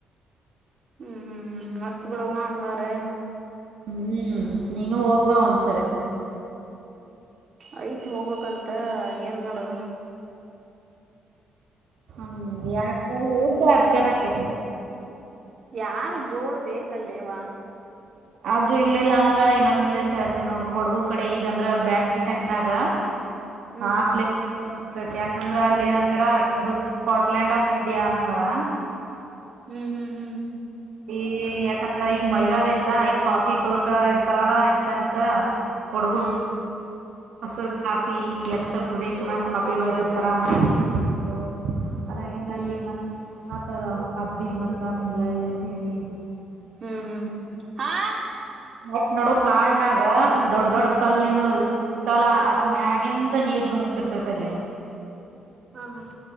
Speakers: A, on the right; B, on the right.
A: ಹ್ಮ್ ಮಸ್ತ ಬಿಡ್ವಾ ಹಂಗಾರೆ.
B: ಹ್ಮ್ ನೀನು ಹೋಗಿ ಬಾ ಒಂದ್ಸಾರೆ.
A: ಆಯ್ತಿ ಹೋಗ್ಬೇಕಕ್ಂತ ಏನ್ ಮಾಡೋದ್.
B: ಹ್ಮ್ ಯಾಕ ಹೋಗಿ ಬಾ ಅದ್ಕೆನ್ ಆಕ್ಕೇತಿ.
A: ಯಾರ ಜೋಡ್ ಬೇಕಲ್ಲೆವ.
B: ಅದು ಇರ್ಲಿಲ್ಲ ಅಂದ್ರ ಇನ್ನೊಂದ್ ಪ್ಲೇಸ್ ಹೇಳ್ತೇನ ನೋಡ್ ಕೊಡಗು ಕಡೆ ಈಗಂದ್ರ ಬ್ಯಾಸಿಗಿ ಟೈಮ್ಡಾಗ್
A: ಹ್ಮ್
B: ಹಾ ಪ್ಲೇಸ್ ಯಾಕಂದ್ರ ಅಲ್ಲಿ ಏನಂತರ ಅದ ಸ್ಕಾಟ್ಲ್ಯಾಂಡ್ ಆಫ್ ಇಂಡಿಯಾ ಅಂತಾರ. ಹಾ
A: ಹ್ಮ್ ಹ್ಮ್ ಹ್ಮ್
B: ಈ ಯಾಕಂದ್ರ ಈಗ ಮಳೆಗಾಲ ಇತ್ಲಾ ಈಗ ಕಾಫಿ ತೋಟ ಇರ್ತಾವಲ್ಲಾ ಹೆಚ್ಚಾನ್ಹೆಚ್ ಕೊಡಗು
A: ಹ್ಮ್
B: ಹಸರ ಕಾಪಿ ಹಿಂಗೆ ಎತ್ತರ ಪ್ರದೇಶನ್ಯಾಗ ಕಾಪಿ ಬೆಳೆದಿರ್ತಾರ ಮಸ್ತ್ ಕಾಣತೈತಿ ಅದು. ಅದಾಗಿಂದ
A: ಹ್ಮ್
B: ಅಲ್ಲಿ ಮತ್ತತದ ಹಬ್ಬಿ ಮತ್ತ ಮಂಗಳಿ ಅಂತ ಹೇಳಿ
A: ಹ್ಮ್ ಹ್ಮ್ ಹಾ
B: ನಟ್ಟ ನಡುವ ಕಾಡ್ನಾಗ ದೊಡ್ಡ ದೊಡ್ ಕಲ್ಲಿಂದು
A: ಹ್ಮ
B: ಇರ್ತವ ಅಲಾ ಅದ್ರ ಮ್ಯಾಗಿಂದ ನೀರ್ ಧುಮಕ್ತಿರ್ತೈತಲ್ಲಿ.
A: ಹ್ಮ ಹ-